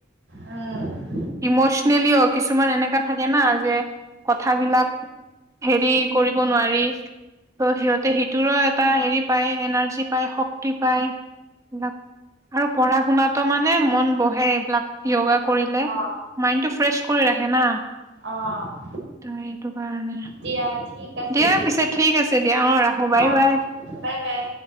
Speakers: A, on the right (about 70°); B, on the right (about 15°).
A: অ উম
B: ইমচনেলিও কিছুমান এনেকা থাকে না যে কথা বিলাক হেৰি কৰিব নোৱাৰি ত' সিহঁতে সিটোৰো এটা হেৰি পায় এনাৰ্জি পায় শক্তি পায় এইবিলাক আৰু পঢ়া শুনাতো মানে মন বহে এইবিলাক য়োগা কৰিলে
A: অ
B: মাইণ্ড টো ফ্ৰেছ কৰি ৰাখে না
A: অ',
B: ত এইটো কাৰণে
A: দিয়া ঠিক আছে
B: দিয়া পিছে ঠিক আছে দিয়া অ ৰাখো বাই
A: অ
B: বাই
A: বাই বাই